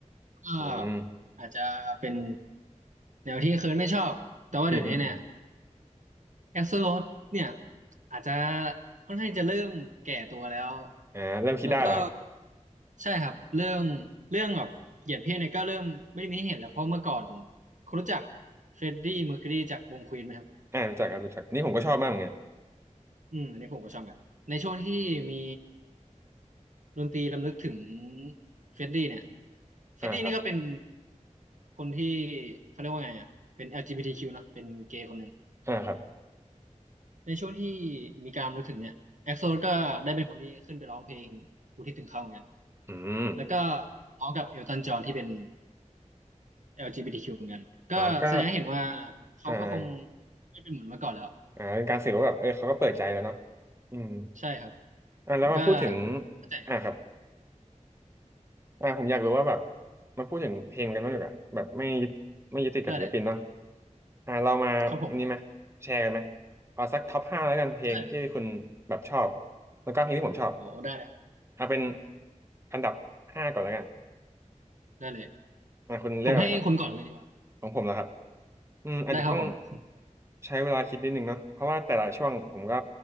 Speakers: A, on the right; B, on the right.
A: ก็
B: อืม
A: อาจจะเป็นแนวที่เคิร์ดไม่ชอบแต่ว่าเดี๋ยวนี้เนี่ย
B: อืมอืมอืม
A: แอสโซโลดเนี่ยอาจจะค่อนข้างจะเริ่มแก่ตัวแล้ว
B: อ่าเริ่มคิดได้แล้วครับ
A: แล้วก็ใช่ครับเรื่องเรื่องแบบเหยียดเพศเนี่ยก็เริ่มไม่มีให้เห็นแล้วเพราะเมื่อก่อนคุณรู้จักเฟรดดี้เมอร์คิวรีจากวงควีนไหมครับ
B: อ่ารู้จักครับรู้จักนี่ผมก็ชอบมากเหมือนกัน
A: อืมอันนี้ผมก็ชอบเหมือนกันในช่วงที่มีดนตรีรำลึกถึงเฟรดดี้เนี่ยเฟรดดี้นี่ก็เป็น
B: อ่าครับ
A: คนที่เขาเรียกว่าไงอ่ะเป็น LGBTQ เนอะเป็นเกย์คนหนึ่ง
B: อ่าครับ
A: ในช่วงที่มีการรำลึกถึงเนี่ยเอ็กโซก็ได้เป็นคนที่ขึ้นไปร้องเพลงอุทิศถึงเขาเหมือนกัน
B: อืม
A: แล้วก็ร้องกับเอลตันจอห์นที่เป็น LGBTQ เหมือนกันก็แสดงให้เห็นว่า
B: อ๋อก็
A: เขาก็คง
B: อ่า
A: ไม่เป็นเหมือนเมื่อก่อนแล้ว
B: อ่าเป็นการสื่อว่าแบบเออเขาก็เปิดใจแล้วเนาะอืม
A: ใช่ครับ
B: อ่าแล้วมาพูดถึง
A: ผมก็เข้าใจ
B: อ่าครับอ่าผมอยากรู้ว่าแบบมาพูดถึงเพลงกันบ้างดีกว่าแบบไม่ไม่ยึดติดกับศิลปินเนาะ
A: ได้เลย
B: อ่าเรามาอันนี้ไหมแชร์กันไหม
A: ครับผม
B: เอาสักท็อปห้าแล้วกันเพลงที่คุณแบบชอบ
A: ได้เลยครับ
B: แล้วก็เพลงที่ผมชอบ
A: โอ้ได้เลยครับ
B: เอาเป็นอันดับห้าก่อนแล้วกัน
A: ได้เลย
B: อ่าคุณเลือกอะไรครับ
A: ผมให้คุณก่อนเลยดีกว่า
B: ของผมแล้วครับอืมอาจจะต้อง
A: ได้ครับผมคุณก่อน
B: ใช้เวลาคิดนิดนึงเนาะเพราะว่าแต่ละช่วงผมก็